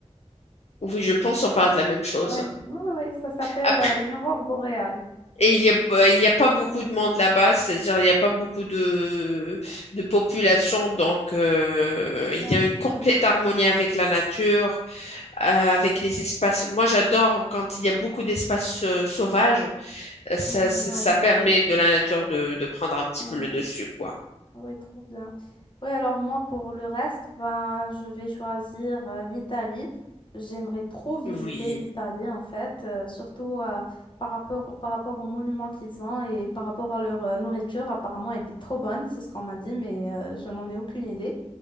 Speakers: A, on the left; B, on the left.
A: Oui, je pense on parle de la même chose.
B: Ouais. Oui, oui, oui, ça s'appelle
A: Après.
B: euh, une aurore boréale.
A: Et il n'y a, il y a pas beaucoup de monde là-bas, c'est-à-dire il n'y a pas beaucoup de, de population, donc euh, il
B: Ouais,
A: y a
B: effectivement.
A: une complète harmonie avec la nature, euh, avec les espaces. Moi, j'adore quand il y a beaucoup d'espaces euh, sauvages, Euh, ça,
B: Mm,
A: ça,
B: ouais,
A: ça
B: moi
A: permet
B: aussi. Ouais.
A: de la nature de, de prendre un petit
B: Ouais,
A: peu
B: ouais.
A: le dessus, quoi.
B: Ouais, trop bien. oui alors moi, pour le reste, ben, je vais choisir euh, l'Italie. J'aimerais trop visiter
A: Oui.
B: l'Italie, en fait, euh, surtout euh, par rapport, par rapport aux monuments qu'ils ont et par rapport à leur euh, nourriture. Apparemment, elle est trop bonne, c'est ce qu'on m'a dit, mais euh, je n'en ai aucune idée.